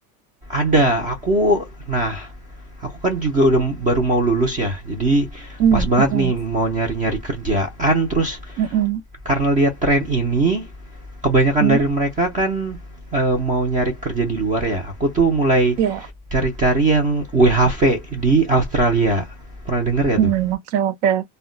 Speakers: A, on the right; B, on the right.
A: Ada, aku, nah, aku kan juga udah m- baru mau lulus ya, jadi
B: Hmm,
A: pas banget
B: mm-mm.
A: nih mau nyari-nyari kerjaan, terus
B: Mm-mm.
A: karena lihat tren ini kebanyakan
B: Mungkin
A: dari mereka kan eh, mau nyari kerja di luar ya aku tuh mulai
B: ya
A: cari-cari yang WHV di Australia pernah denger gak
B: hmm,
A: tuh
B: oke oke